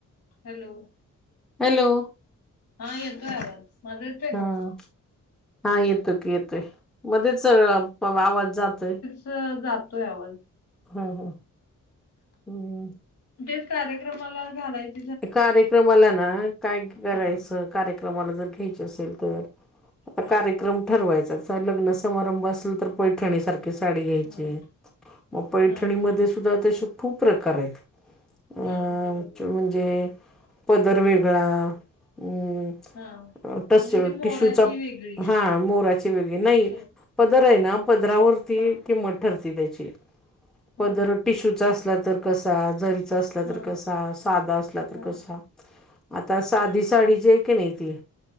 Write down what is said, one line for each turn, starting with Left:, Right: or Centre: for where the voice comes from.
Left: हॅलो!
Centre: हॅलो!
Left: हा येतोय आवाज. माझा येतोय
Centre: हम्म
Left: का?
Centre: हा येतोय की येतोय मध्येच आवाज जातोय.
Left: त जातोय आवाज.
Centre: हा हा. हम्म.
Left: तेच कार्यक्रमाला घालायचे
Centre: कार्यक्रमाला ना काय करायचं
Left: हां,
Centre: कार्यक्रम कामाला जर घ्यायची असेल तर आता
Left: हां,
Centre: कार्यक्रम ठरवायच लग्न समारंभ असेल तर पैठणीसारखं की साडी घ्यायची
Left: हां,
Centre: मग पैठणीमध्ये
Left: हां,
Centre: सुद्धा तसे खूप प्रकार आहेत. अ
Left: हां, बरोबर.
Centre: म्हणजे पदर वेगळा अं
Left: हां.
Centre: तस
Left: म्हणजे ती मोराची
Centre: टिश्यूचा
Left: वेगळी
Centre: हा मोराची वेगळी नाही.
Left: असं.
Centre: पदर आहे ना पदरावरती
Left: हां,
Centre: किंमत ठरती त्याची
Left: होय.
Centre: पदर टिशूचा असला तर कसा? जरीचा असला
Left: हां,
Centre: तर कसा? सादा अस ला तर
Left: हां,
Centre: कसा आता साधी
Left: हां.
Centre: साडी जी आहे की नाही ती